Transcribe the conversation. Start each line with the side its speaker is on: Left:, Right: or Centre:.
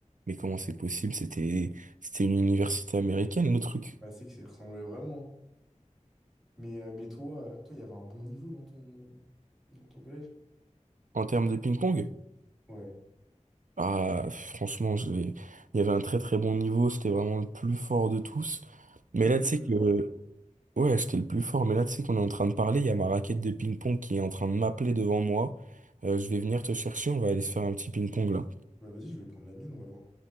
Right: Mais comment c'est possible? C'était, c'était une université américaine, le truc.
Centre: Bah, c'est que ça y ressemblait vraiment. hein. Mais, euh, mais toi, euh, toi, il y avait un bon niveau dans ton, dans ton collège?
Right: En termes de ping-pong?
Centre: Ouais.
Right: Ah, franchement, je vais- il y avait un très très bon niveau, c'était vraiment le plus fort de tous. Mais
Centre: Toi,
Right: là,
Centre: t'es
Right: tu
Centre: le
Right: sais
Centre: plus
Right: que...
Centre: fort.
Right: Ouais, j'étais le plus fort, mais là, tu sais qu'on est en train de parler, il y a ma raquette de ping-pong qui est en train de m'appeler devant moi. Euh, je vais venir te chercher, on va aller se faire un petit ping-pong là.
Centre: Bah, vas-y, je vais prendre la mienne, on va voir.